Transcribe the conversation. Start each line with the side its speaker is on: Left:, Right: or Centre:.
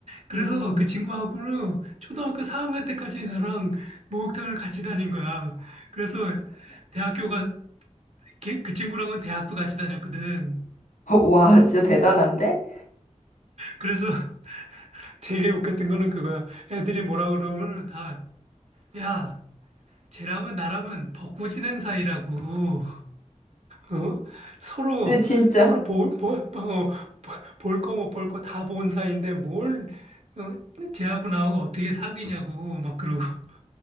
Right: 그래서
Left: 음,
Right: 그 친구하고는 초등학교 4학년 때까지 나랑 목욕탕을 같이 다닌 거야. 그래서 대학교가 걔- 그 친구랑은 대학도 같이 다녔거든.
Left: <laughs> 와, 진짜 대단한데?
Right: 그래서 <laughs> 되게 웃겼던 거는 그거야. 애들이 뭐라 그러면 다, 야, 쟤랑은 나랑은 벗고 지낸 사이라고. 어? 서로
Left: 근데 진짜,
Right: 서로 볼, 볼, 어, 어, 볼거 못 볼 거 다 본 사이인데 뭘 어, 쟤하고 나하고 어떻게 사귀냐고 막 그러고. <laughs>